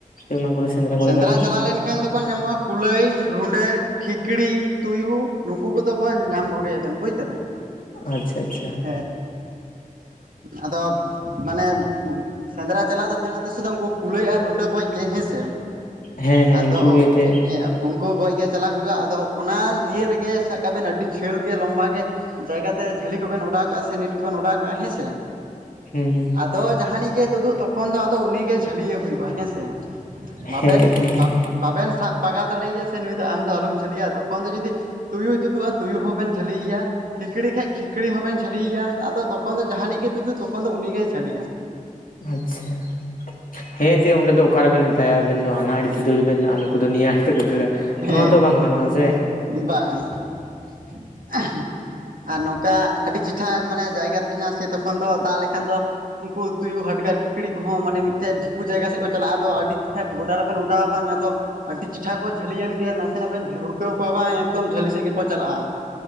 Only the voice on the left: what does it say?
ᱚᱱᱟ ᱠᱚᱨᱮ ᱠᱚᱨᱮ
ᱫᱚ ᱱᱟᱦᱟᱜ
ᱟᱪᱪᱷᱟ ᱟᱪᱪᱷᱟ
ᱦᱮᱸ ᱦᱮᱸ
ᱩᱱᱠᱩ ᱜᱮ ᱮᱱᱛᱮᱫ
ᱦᱮᱸ ᱦᱮᱸ
ᱦᱮᱸ ᱮᱱᱛᱮ ᱦᱮᱸ
ᱟᱪᱪᱷᱟ ᱾ ᱦᱮᱸ ᱛᱮ ᱚᱸᱰᱮ ᱫᱚ ᱚᱠᱟᱨᱮ ᱵᱮᱱ ᱢᱮᱛᱟᱭᱟ ᱟᱵᱮᱱ ᱫᱚ ᱦᱟᱱᱟ ᱟᱲᱤᱛᱮ ᱫᱟᱹᱲ ᱵᱮᱱ ᱟᱨ ᱱᱩᱠᱩ ᱫᱚ ᱱᱤᱭᱟᱹ ᱟᱲᱤ ᱛᱮᱠᱚ ᱫᱟᱹᱲᱟ᱾
ᱱᱚᱣᱟ ᱫᱚ ᱵᱟᱝ ᱜᱟᱱᱚᱜ-ᱟ ᱡᱮ,